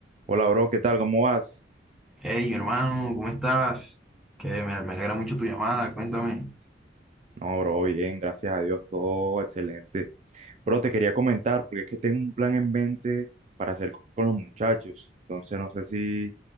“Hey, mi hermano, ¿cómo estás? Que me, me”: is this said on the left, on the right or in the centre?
Centre